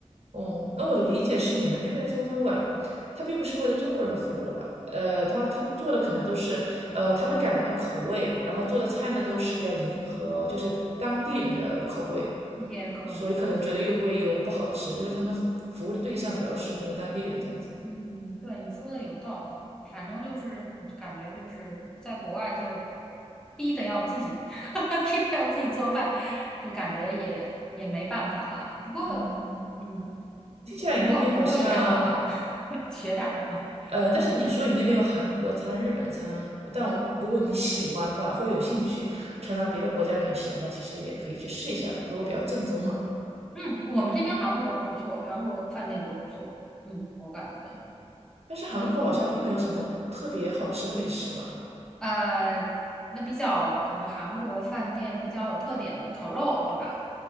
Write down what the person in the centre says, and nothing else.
也可能。
嗯，对，你说的有道理。反正就是，我感觉就是在国外就逼的要自己，<laughs> 逼的要自己做饭，就感觉也也没办法了。不过，
嗯，
不过不过也好啦，<laughs> 学点儿什么。
嗯
嗯，我们这边韩国不错，韩国饭店都不错。嗯，我感觉。
呃，那比较可能韩国饭店比较有特点的烤肉，对吧？